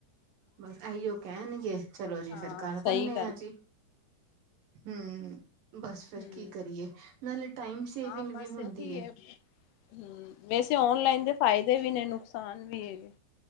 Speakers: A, on the right; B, on the left.
A: ਬਸ ਆਈਓ ਕਹਿਣਗੇ ਚਲੋ ਜੀ
B: ਹਾਂ
A: ਫੇਰ ਕਰ
B: ਸਹੀ
A: ਦਿੰਦੇ
B: ਗੱਲ
A: ਆਂ ਜੀ ਹਮ ਬਸ ਫਿਰ
B: ਹੂੰ।
A: ਕੀ ਕਰੀਏ ਮੇ ਟਾਈਮ ਸੇਵਿੰਗ
B: ਹਾਂ
A: ਵੀ
B: ਬਸ
A: ਹੁੰਦੀ
B: ਇਹੀ
A: ਹੈ
B: ਹੂੰ ਵੈਸੇ ਔਨਲਾਈਨ ਦੇ ਫਾਇਦੇ ਵੀ ਨੇ ਨੁਕਸਾਨ ਵੀ ਹੈ ਵੀ